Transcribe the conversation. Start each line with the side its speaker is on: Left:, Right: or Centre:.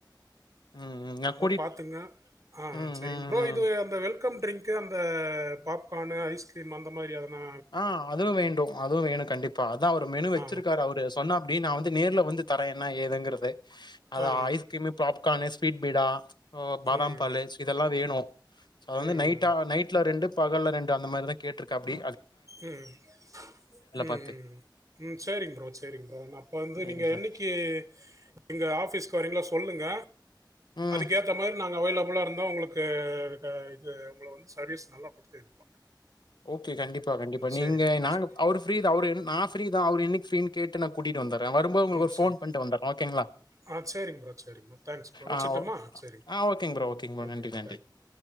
Left: ம் ம் <unintelligible>
Right: ப பாத்துக்ங்க ஆ
Left: ம்,
Right: செரிங்
Left: ம்,
Right: ப்ரோ
Left: ம்.
Right: இது அந்த வெல்கம் ட்ரிங்க்கு அந்த பாப்கானு, ஐஸ்கிரீம் அந்த மாரி எதுனா
Left: ஆ அதுவு வேண்டு அதுவு வேணு கண்டிப்பா அதா அவுரு மெனு வெச்சிருக்காரு
Right: ஆ.
Left: அவுரு சொன்னாப்டி நா வந்து நேர்ல வந்து தரே என்னா ஏதுங்கிறது அது
Right: ஆ.
Left: ஐஸ்கிரீமு பாப்கானு, ஸ்வீட் பீடா, ஓ பாதாம்
Right: ம்.
Left: பாலு இதெல்லா வேணு சோ அது வந்து
Right: ம்.
Left: நைட்டா
Right: ம்.
Left: நைட்ல ரெண்டு பகல்ல ரெண்டு அந்த மாரிதா கேட்ருக்காப்டி
Right: ம்ம் ம்ம்ம்
Left: பார்த்து.
Right: ம் சேரிங் ப்ரோ சேரிங் ப்ரோ நா இப்ப வந்து
Left: சரிங்க
Right: நீங்க
Left: சார்.
Right: என்னிக்கி எங்க‌ ஆஃபீஸ்க் வரீங்களோ சொல்லுங்க
Left: ம்.
Right: அதுக்கேத்த மாரி நாங்க அவைலபுளாருந்தா உங்களுக் கு இத இது உங்கள வந்து சர்வீஸ் நல்லா குடுத்து இது பண்
Left: ஓகே கண்டிப்பா கண்டிப்பா
Right: சரிங்க
Left: நீங்க
Right: ப்ரோ,
Left: நாங்க
Right: சரி.
Left: அவுரு ஃப்ரீ தா அவுரு நா ஃப்ரீ தா அவுரு என்னிக்கி ஃப்ரீனு கேட்டு நா கூட்டிட்டு வந்தட்றே வரும்போது உங்களுக்கு
Right: ம்.
Left: ஒரு
Right: சரி.
Left: ஃபோன் பண்ட்டு வந்தட்றே ஓகேங்ளா
Right: ஆ சரிங்க ப்ரோ, சரிங்க ப்ரோ. Thanks bro. வச்சுரட்டுமா?
Left: ஆ ஓ
Right: சரிங்க
Left: ஆ ஓகேங் ப்ரோ ஓகேங் ப்ரோ
Right: ஓகே
Left: நன்றி நன்றி
Right: தேங்க் யூ ப்ரோ.